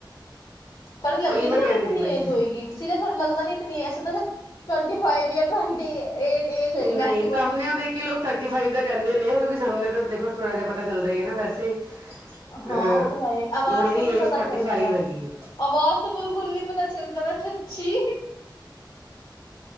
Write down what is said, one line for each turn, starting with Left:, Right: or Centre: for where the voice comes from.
Left: ਤੁਹਾਡੀ ਲੱਗਦੀ
Right: ਉਹੀ
Left: ਨੀ
Right: ਮੈਂ
Left: ਤੁਹਾਡੀ
Right: ਕਹਿੰਦੀ
Left: ਇਤਨੀ
Right: ਪਈ
Left: ਏਜ
Right: ਸੀ
Left: ਹੋਏਗੀ ਸੀਰੀਅਸ ਤੁਹਾਡੇ ਲੱਗਦਾ ਨੀ ਇਤਨੀ ਐਸਾ ਤਾਂ twenty five year twenty eight age ਹੋਏਗੀ
Right: ਨਹੀਂ
Left: ਮੈਕਸੀਮਮ
Right: ਸਾਹਮਣੇ ਆਉਂ ਦੇ ਕਿ ਲੋਕ ਥਰਟੀ ਫਾਈਵ ਦਾ ਕਹਿੰਦੇ ਨੇ ਕਿਉਂਕਿ ਸਾਹਮਣੇ ਤਾਂ ਦੇਖੋ ਥੋੜ੍ਹਾ ਜਿਹਾ ਪਤਾ ਚੱਲਦਾ ਹੈ ਨਾ ਵੈਸੇ
Left: ਹਾਂ
Right: ਅਹ
Left: ਉਹ ਤਾਂ ਹੈ ਈ ਆਵਾਜ਼
Right: ਮੇਰੀ
Left: ਤੋਂ ਨੀ
Right: ਏਜ
Left: ਪਤਾ
Right: ਫੋਰਟੀ
Left: ਚੱਲ
Right: ਫਾਈਵ
Left: ਰਿਹਾ
Right: ਹੈਗੀ ਏ
Left: ਆਵਾਜ਼ ਤੋਂ ਬਿਲਕੁਲ ਨੀ ਪਤਾ ਚੱਲਦਾ ਪਯਾ ਸੱਚੀ